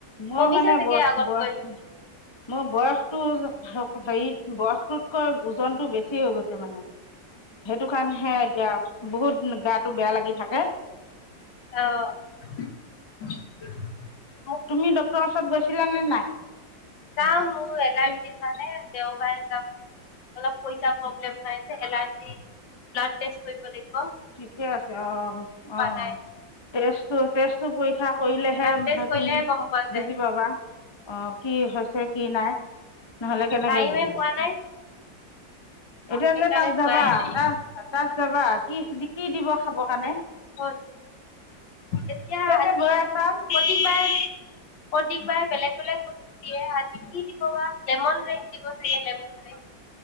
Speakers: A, on the left (about 20°); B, on the left (about 75°).
A: মই
B: কমিছে
A: মানে
B: চাগে
A: বয়স-বয়স
B: আগতকৈ
A: মোৰ বয়সতটো। হেৰিত বয়সটোতকৈ ওজনতটো বেছি হৈ গৈছে মানে। সেইটো কাৰণ হে এতিয়া। বহুত গাত। বেয়া লাগি থাকে।
B: অহ ', <inaudible>
A: তুমি ডাক্তৰৰ ওচৰত গৈছিলা নে নাই?
B: যাম মোৰ এলাৰ্জি কাৰণে দেওবাৰে যাম। অলপ পইচা প্ৰব্লেম হৈ আছে এলাৰ্জি ব্লাড টেষ্ট কৰিব লাগ
A: ঠিকে আছে অহ', - অহ',
B: নাই
A: তেজটো। টেষ্ট টো কৰি শিক্ষা কৰিলেহে
B: ব্লাড টেষ্ট কৰিলেহে
A: তুমি
B: গম পোৱা যায়।
A: বুজি পাবা। অ' কি হৈছে কি নাই। নহলে কেনেকে
B: টাইমে
A: বুজিব
B: পোৱা নাই
A: এতিয়া
B: সেইকাৰণে
A: যে তাত যাবা
B: যোৱাই নাই।
A: তাত-তাত যাবা। কি কি দিব খাব কাৰণে?
B: হয়। এতিয়া আজি
A: যে গৈ আছা
B: প্ৰতিবাৰে প্ৰতিবাৰে বেলেগ-বেলেগ বস্তু দিয়ে। আজি কি দিব বা, লেমন ৰাইচ দিব চাগে লেমন ৰাইচ